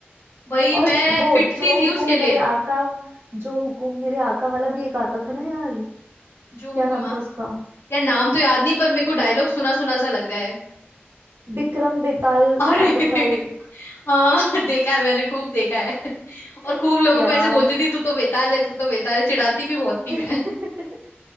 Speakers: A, on the left; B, on the right.
A: भाई मैं
B: और वो
A: पिटती
B: जो
A: थी
B: हुकुम
A: उसके लिए
B: मेरे आका जो हुकुम मेरे आका वाला भी एक आता था ना यार क्या
A: जो हुक्म
B: नाम
A: आ
B: था उसका
A: यार नाम तो याद नहीं पर मेरे को डायलॉग सुना सुना सा लग रहा है
B: बिक्रम बेताल
A: अरे
B: आता
A: <laughs>
B: था एक
A: हाँ देखा है मैंने खूब देखा है <laughs>
B: <laughs>
A: और खूब लोगों
B: यार
A: को ऐसे बोलती थी तू तो बेताल है तू तो बेताल है चिढ़ाती भी बहुत थी
B: <laughs>
A: मैं